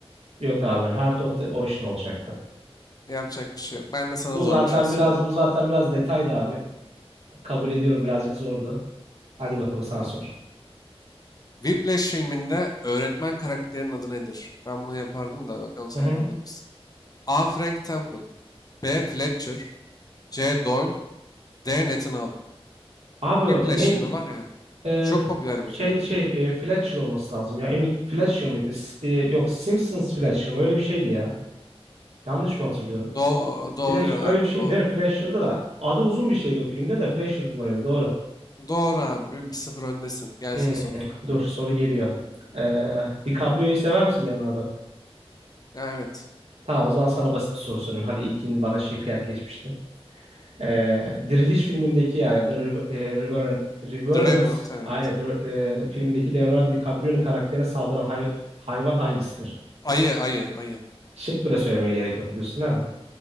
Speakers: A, on the right; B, on the left.
A: Yok abi Heart of the Ocean olacaktı.
B: Yapacak bir şey yok. Ben de sana
A: Bu
B: zor
A: zaten
B: bir şey soruyorum.
A: biraz bu zaten biraz detaydı abi. Kabul ediyorum birazcık zordu. Hadi bakalım sen sor.
B: Whiplash filminde öğretmen karakterinin adı nedir? Ben bunu yapardım da bakalım sen
A: Hı hı.
B: yapabilir misin? A. Frank Temple B. Fletcher C. Doyle D. Nathan Hall
A: Abi
B: Whiplash
A: neydi?
B: filmi var ya.
A: Ee,
B: Çok
A: f-
B: popüler
A: şey
B: bir film.
A: şey e, Fletcher olması lazım ya. Emin Fletcher mıydı? S- e, yok Simpsons Fletcher mı? Öyle bir şeydi ya. Yanlış mı hatırlıyorum?
B: Do
A: Sim-
B: doğru
A: Flash öyle
B: abi
A: bir şey
B: doğru.
A: değil mi? Fletcher'dı da adı uzun bir şeydi o filmde de Fletcher kullanıyordu. Doğru.
B: Doğru abi. Bir sıfır öndesin. Gelsin
A: Hmm,
B: soru.
A: dur soru geliyor. Ee, DiCaprio'yu sever misin Leonardo?
B: Ya evet.
A: Tamam o zaman sana basit bir soru sorayım. Hadi ilkin bana şey kıyak geçmiştin. Ee, Diriliş filmindeki yani The Rev- e, Revenant, Revenant
B: The Remnant evet.
A: aynen, The Re- e, filmindeki Leonardo DiCaprio'nun karakterine saldıran hay- hayvan hangisidir?
B: Ayı ayı ayı.
A: Şık bile söylemeye gerek yok diyorsun değil mi?